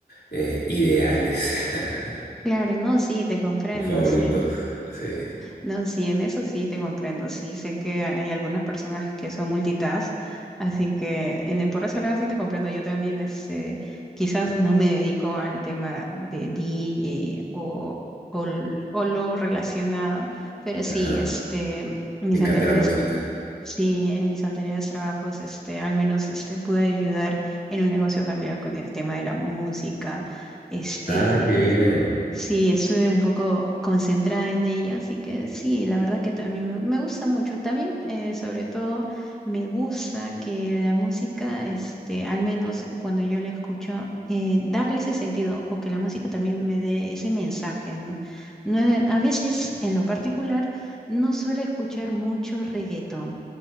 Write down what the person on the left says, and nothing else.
eh, ideales, <laughs>
o favoritos.
Sí.
Ajá.
Me encanta
la música.
Ah, qué bien.